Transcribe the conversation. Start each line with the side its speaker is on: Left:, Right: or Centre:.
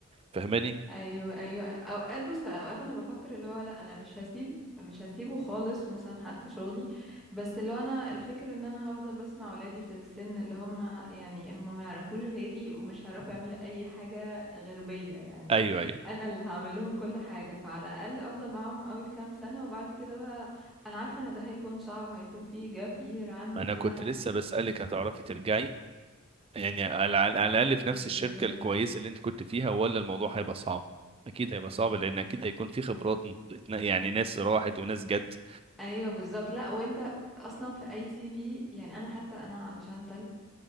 Right: فاهماني
Centre: ايوه ايوه اوقات بص اوقات انا بفكر اللي هو لا انا مش هسيب مش هسيبه خالص مثلا حتى شغلي بس اللي هو انا الفكر ان انا هفضل بسمع اولادي في السن اللي هم يعني هم ما يعرفوش غيري ومش هيعرفوا يعملوا اي حاجه غير بيا يعني
Right: ايوه ايوه
Centre: انا اللي هعمل لهم كل حاجه فعلى الاقل افضل معاهم اول كام سنه وبعد كده بقى انا عارفه ان ده هيكون صعب هيكون فيه جاب يير عندي
Right: انا
Centre: ان
Right: كنت
Centre: انا
Right: لسه بسالك هتعرفي ترجعي يعني على على- على الاقل
Centre: بالظبط.
Right: في نفس الشركه الكويسه اللي انت كنت فيها ولا الموضوع هيبقى صعب اكيد هيبقى صعب لان اكيد هيكون في خبرات اتنا- يعني ناس راحت وناس جت
Centre: ايوه بالظبط لا وانت اصلا في اي سي في يعني انا حتى انا علشان تالنت